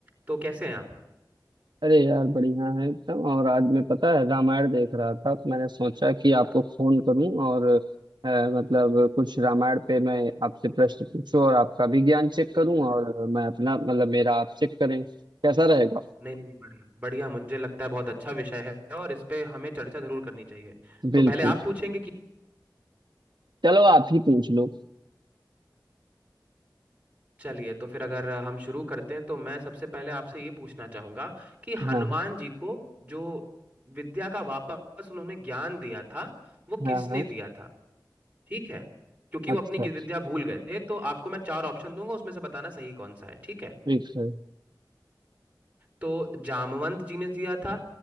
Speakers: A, on the right; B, on the right.
A: तो कैसे हैं आप
B: अरे यार बढ़िया है एकदम और आज मैं पता है रामायण देख रहा था तो मैंने सोचा कि आपको
A: आ,
B: फोन करूं और अ, मतलब कुछ रामायण पे मैं आपसे प्रश्न पूछूं और आपका भी ज्ञान चेक
A: बिल्कुल
B: करूं
A: बिल्कुल।
B: और मैं अपना मतलब मेरा आप चेक करें कैसा रहेगा
A: नहीं नहीं नहीं, बढ़िया बढ़िया मुझे लगता है बहुत अच्छा विषय है और इस पे हमें चर्चा जरूर करनी चाहिए तो
B: बिल्कुल
A: पहले आप पूछेंगे कि
B: चलो आप ही पूछ लो
A: चलिए तो फिर अगर हम शुरू करते हैं तो मैं सबसे पहले आपसे ये पूछना चाहूंगा कि हनुमान
B: हाँ
A: जी को जो विद्या का वापस उन्होंने ज्ञान दिया था वो
B: हाँ
A: किसने
B: हाँ
A: दिया था ठीक है क्योंकि
B: अच्छा
A: वो अपनी विद्या भूल गए थे तो आपको मैं चार ऑप्शन दूंगा उसमें से बताना सही कौन सा है ठीक है
B: ठीक है
A: तो जामवंत जी ने दिया था